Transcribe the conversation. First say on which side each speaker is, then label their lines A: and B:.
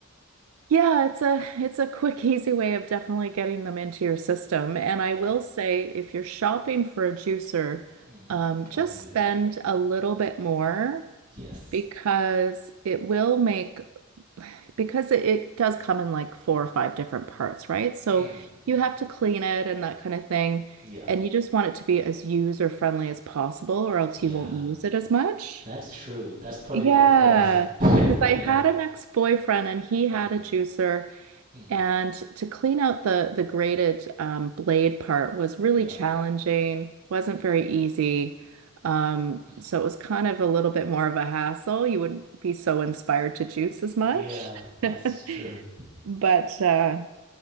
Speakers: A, on the right; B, on the right.
A: Yeah, it's a it's a quick, <laughs> easy way of definitely getting them into your system. And I
B: Yeah.
A: will say, if you're shopping for a juicer,
B: hmm
A: um,
B: Oh,
A: just
B: here we
A: spend
B: go.
A: a little bit more
B: Yes.
A: because it will make because it, it does come in like four or five different parts, right? So
B: Mm, hmm
A: you have to clean it and that kind of thing.
B: Yeah.
A: And you just want it to be as user friendly as possible, or else
B: Yeah.
A: you won't use it as much.
B: That's true. That's probably
A: Yeah.
B: what put off <laughs>
A: Because
B: put
A: I
B: me
A: had
B: off.
A: an ex-boyfriend and he had
B: Mm,
A: a juicer.
B: hmm
A: And to clean out the the graded um, blade part was really
B: Yeah.
A: challenging, wasn't
B: Mm,
A: very easy. Um,
B: hmm
A: so it was kind of a little bit more of a hassle. You wouldn't be so inspired to juice as
B: Yeah,
A: much.
B: that's
A: <laughs>
B: true.
A: But uh,